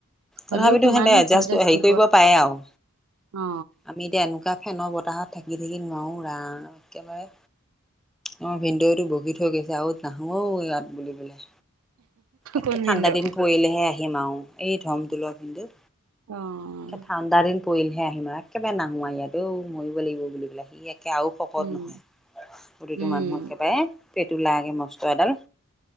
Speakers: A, on the right (about 80°); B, in the centre.
A: হ'লেও
B: তথাপিতো
A: কিমাননো
B: সিহঁতে এডজাষ্ট
A: ভল্টেজ
B: হেৰি
A: দিব
B: কৰিব পাৰে আৰু
A: অ
B: আমি এতিয়া এনেকুৱা ফেনৰ বতাহত থঢাকি থাকি নোৱাৰোঁ ৰাণ একেবাৰে অ' ভিনদৌতো বগি থৈ গৈছে আৰু নাহোও ইয়াত বুলিবলে। একে
A: কোন
B: ঠাণ্ডা
A: ভিনদেউ
B: দিন কৰিলেহে আহিম আৰু এই ধমটো লোৱা কিন্তু
A: অ'।
B: ঠাণ্ডা দিন পৰিলহে আহিম আৰু একেবাৰে নাহোমোৱা ইয়াতেও মৰিব লাগিব বুলি ক'লে সি একে আৰু শকত
A: উম
B: নহয় প্ৰতিটো
A: উম
B: মানুহক একেবাৰে পেট ওলাগে মস্ত এডাল।